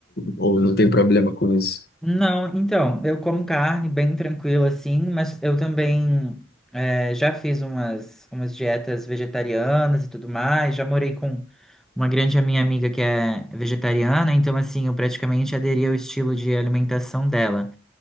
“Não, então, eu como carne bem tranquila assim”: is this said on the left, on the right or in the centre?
Centre